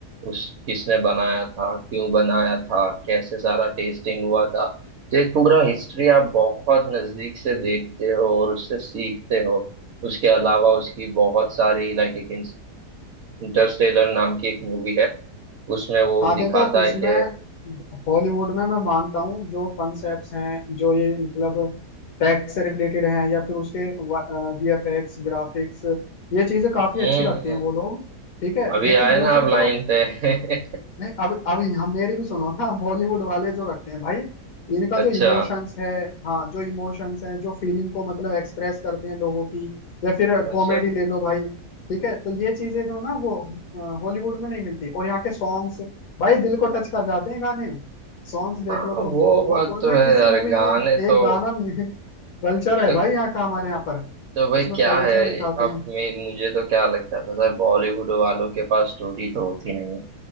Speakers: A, on the right; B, on the left.
A: उस किसने बनाया था क्यों बनाया था कैसे सारा टेस्टिंग हुआ था तो एक पूरा हिस्ट्री आप बहुत नजदीक से देखते हो और उससे सीखते हो उसके अलावा उसकी बहुत सारी लाइक एक इंटरस्टेलर नाम की एक मूवी है उसमें वो
B: हाँ
A: दिखाता
B: देखो उसमें
A: है कि
B: हॉलीवुड में मैं मानता हूँ जो कॉन्सेप्ट्स हैं जो ये मतलब टैक्स से रिलेटेड हैं या फिर उसके वीएफएक्स ग्राफिक्स ये चीजें काफी
A: हम्म
B: अच्छी रखते हैं वो लोग ठीक है
A: अभी
B: लेकिन
A: आए
B: दूसरी
A: ना आप
B: तरफ
A: लाइन पे <laughs>
B: नहीं अब अब हम मेरी भी सुनो ना बॉलीवुड वाले जो रखते हैं भाई इनका
A: अच्छा
B: जो इमोशंस है हाँ जो इमोशंस हैं जो फीलिंग को मतलब एक्सप्रेस करते हैं लोगों की या फिर कॉमेडी
A: अच्छा
B: ले लो भाई ठीक है तो ये चीजें जो ना वो हॉलीवुड में नहीं मिलती और यहाँ के सॉन्ग्स भाई दिल को टच कर जाते हैं गाने सॉन्ग्स देख
A: हाँ
B: लो तुम
A: वो बात
B: और उसमें
A: तो है
B: किसी
A: यार
B: मूवी
A: गाने
B: में एक
A: तो
B: गाना भी है कल्चर है
A: तो
B: भाई यहाँ का हमारे यहाँ पर
A: तो भाई
B: उसमें
A: क्या
B: कल्चर
A: है
B: दिखाते
A: अब
B: हैं
A: मैं मुझे तो क्या लगता है पता है बॉलीवुड वालों के पास स्टोरी तो होती नहीं है